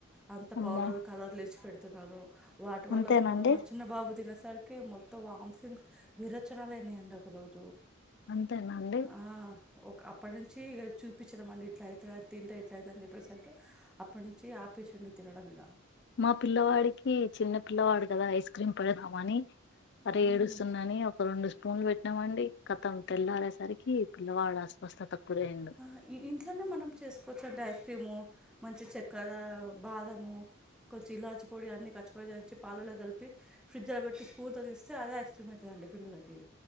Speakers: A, in the centre; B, on the left.
A: అంత
B: అమ్మో
A: పౌడరు కలర్లు లేచి పెడుతున్నారు వాటి వల్ల
B: అంతేనండి
A: ఒక మా చిన్నబాబు తినేసరికి మొత్ తో వాంసింగ్ విరేచనలు అయినాయండి ఒక రోజు
B: అంతేనండి
A: ఆ ఒక అప్పటి నుంచి చూపించినాంమండి ఇట్లా అవుతుంది అని తింటే ఎట్లా అవుతుందని చెప్పేసరికి అప్పుడు నుంచి ఆపేసిండు తినడం ఇగ
B: మా పిల్లవాడికి చిన్న పిల్లవాడు కదా ఐస్ క్రీమ్ పెడదామని అరే
A: ఉమ్.
B: ఏడుస్తుండు అని ఒక రెండు స్పూన్లు పెట్టినామండి కతం తెల్లరే సరికి పిల్లవాడు అస్ వస్తా తక్కువ అయింది
A: ఆ ఇ ఇంట్లోనే మనం చేసుకోవచ్చుంటే ఐస్ క్రీము మంచిగా చక్కెర బాదము కొంచెం ఇలాచి పొడి అన్నీ కచ్చిపచ్చా దంచి పాలల్లో కలిపి ఫ్రిడ్జ్ లో పెట్టి స్పూన్ తో తీస్తే అదే ఐస్ క్రీమ్ అయితది అండి పిల్లలకి